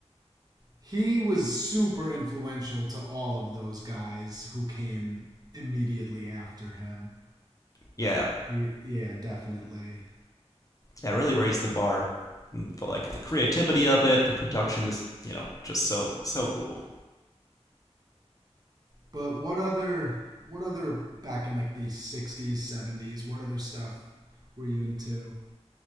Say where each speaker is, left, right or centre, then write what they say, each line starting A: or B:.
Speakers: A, on the right; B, on the left.
A: He was super influential to all of those guys who came immediately after him.
B: <laughs> yeah.
A: He, yeah, definitely.
B: yeah, really raised the bar for like the creativity of it. The production is, you know, just so so cool.
A: But what other what other back in like the 60s, 70s, what other stuff were you into?